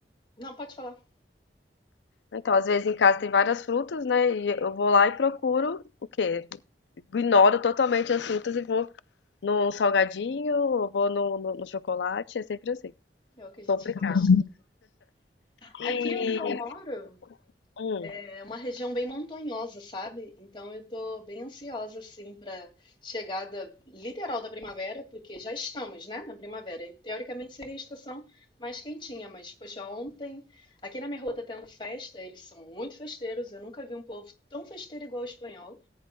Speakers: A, on the left; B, on the left.
A: não, pode falar.
B: Então, às vezes em casa tem várias frutas, né? E eu vou lá e procuro o quê? Ignoro totalmente as frutas e vou no salgadinho, ou vou no, no, no chocolate, é sempre assim.
A: É o que a gente
B: Complicado.
A: gosta.
B: E,
A: Aqui onde eu moro
B: hum,
A: é uma região bem montanhosa, sabe? Então eu tô bem ansiosa assim para chegada literal da primavera, porque já estamos, né, na primavera. E, teoricamente seria a estação mais quentinha, mas poxa, ontem aqui na minha rua tá tendo festa, eles são muito festeiros. Eu nunca vi um povo tão festeiro igual o espanhol.